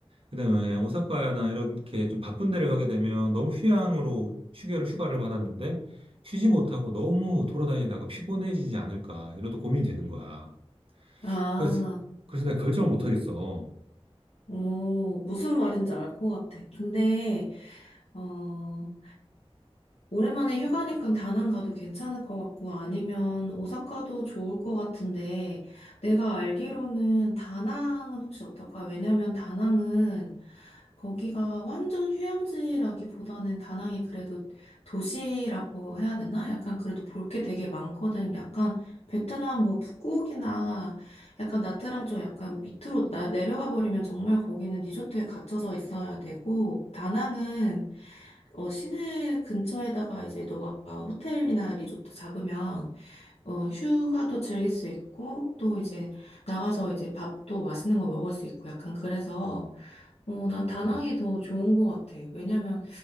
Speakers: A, on the right (about 55°); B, on the left (about 80°).
A: 그다음에 오사카나 이렇게 좀 바쁜 데를 가게 되면 너무 휴양으로 휴게를 휴가를 받았는데 쉬지 못하고 너무 돌아다니다가 피곤해지지 않을까 이런 또 고민이 되는 거야.
B: 아,
A: 그래서, 그래서 내가 결정을 못 하겠어.
B: 오, 무슨 말인지 알 것 같아. 근데, 어, 오랜만에 휴가니까 다낭 가도 괜찮을 것 같고 아니면 오사카도 좋을 것 같은데 내가 알기로는 다낭은 혹시 어떨까? 왜냐면 다낭은 거기가 완전 휴양지라기보다는 다낭이 그래도 도시라고 해야 되나? 약간 그래도 볼 게 되게 많거든. 약간 베트남 뭐 푸꾸옥이나 약간 나트랑 좀 약간 밑으로 나, 내려가 버리면 정말 거기는 리조트에 갇혀서 있어야 되고, 다낭은 어, 시내 근처에다가 이제 너가 호텔이나 리조트 잡으면 어, 휴가도 즐길 수 있고, 또 이제 나가서 이제 밥도 맛있는 거 먹을 수 있고, 약간 그래서, 어, 난 다낭이
A: 음.
B: 더 좋은 것 같아. 왜냐면